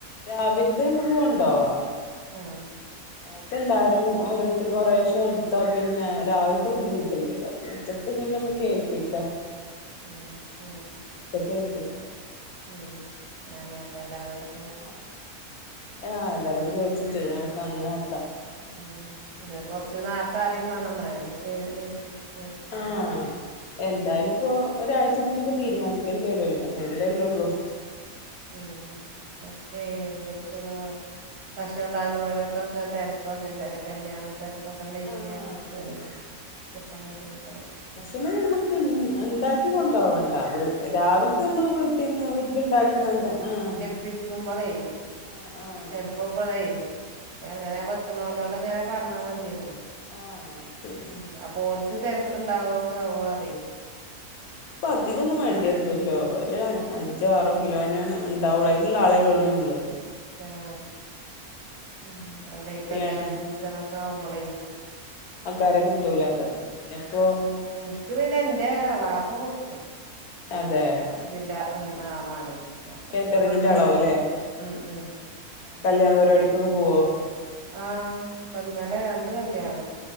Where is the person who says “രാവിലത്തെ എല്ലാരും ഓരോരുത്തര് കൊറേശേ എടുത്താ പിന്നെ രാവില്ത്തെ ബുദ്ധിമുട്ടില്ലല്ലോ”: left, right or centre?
Left